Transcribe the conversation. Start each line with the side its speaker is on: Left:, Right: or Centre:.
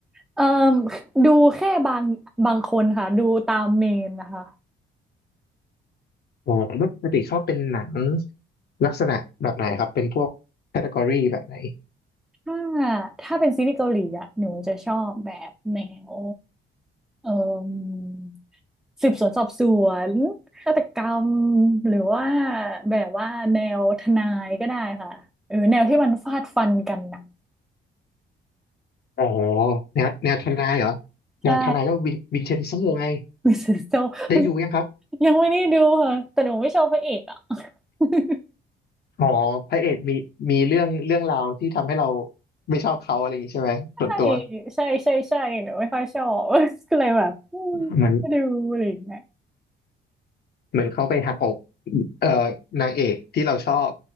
Centre: เอ่มดูแค่บางบางคนค่ะดูตามเมนนะคะ
Left: อ๋อแล้วปกติชอบเป็นหนังลักษณะแบบไหนครับเป็นพวกแคตตา o r y แบบไหน
Centre: ถ้าถ้าเป็นซีรีส์เกาหลีอะหนูจะชอบแบบแนวเอ่มสืบสวนสอบสวนฆาตกรรมหรือว่าแบบว่าแนวทนายก็ได้ค่ะเออแนวที่มันฟาดฟันกันนะ
Left: อ๋อแนวแนวทนายเหรอแนวทนายก็วินวินเชนโซไง
Centre: ใช่มิสโซไม่
Left: ได้ดูยังครับ
Centre: <laughs> ยังไม่ได้ดูค่ะแต่หนูไม่ชอบพระเอกอ่ะ <laughs>
Left: อ๋อพระเอกมีมีเรื่องเรื่องราวที่ทำให้เราไม่ชอบเขาอะไรอย่างนี้ใช่ไหมส่วนตัว
Centre: ใช่ใช่ใช่ใช่หนูไม่ค่อยชอบ <laughs> ก็เลยแบบอืมไม่ดูอะไรอย่างเงี้ย
Left: เหมือนเหมือนเขาไปหักอกเอ่อนางเอกที่เราชอบ